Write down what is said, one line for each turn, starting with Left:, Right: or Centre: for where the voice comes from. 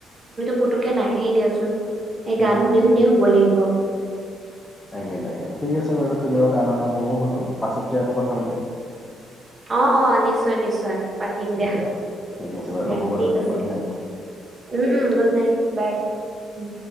Right: পুতুকে নাহেই দিয়াচোন। সেই
Left: উম
Right: গান
Left: হুম।
Right: শুনি শুনিয়ে শুব লাগিব।
Left: তাকে, তাকে। ঠিক আছে বাৰু। তুমিও গান শুনা, ময়ো শুনো। পাছতকে আৰু কথা পাতিম।
Right: অ-অ নিশ্চয়, নিশ্চয়। পাতিম দিয়া।
Left: দে ঠিক আছে বাৰু
Right: দিয়া
Left: শুভৰাত্ৰি
Right: ঠিক আছে,
Left: good night.
Right: Um um good night. Bye উম।